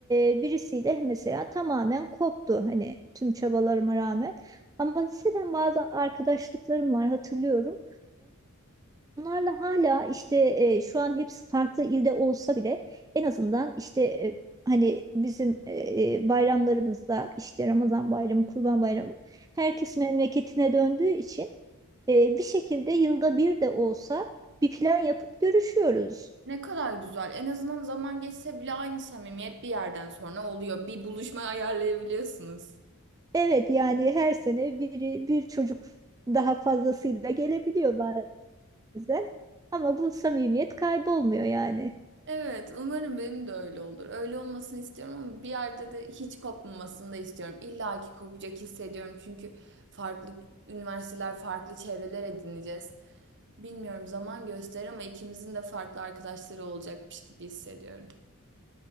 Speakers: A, on the right; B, on the right.
A: e, birisiyle mesela tamamen koptu hani tüm çabalarıma rağmen. Ama liseden bazı arkadaşlıklarım var hatırlıyorum. Bunlarla hala işte e, şu an hepsi farklı ilde olsa bile en azından işte e, hani bizim e, e, bayramlarımızda işte Ramazan bayramı, Kurban bayramı herkes memleketine döndüğü için e, bir şekilde yılda bir de olsa bir plan yapıp görüşüyoruz.
B: Ne kadar güzel. En azından zaman geçse bile aynı samimiyet bir yerden sonra oluyor. Bir buluşma ayarlayabiliyorsunuz.
A: Evet yani her sene biri bir çocuk daha fazlasıyla gelebiliyor bazen ama bu samimiyet kaybolmuyor yani.
B: Evet, umarım benim de öyle olur. Öyle olmasını istiyorum ama bir yerde de hiç kopmamasını da istiyorum. İlla ki kopacak hissediyorum çünkü farklı üniversiteler, farklı çevreler edineceğiz. Bilmiyorum zaman gösterir ama ikimizin de farklı arkadaşları olacakmış gibi hissediyorum.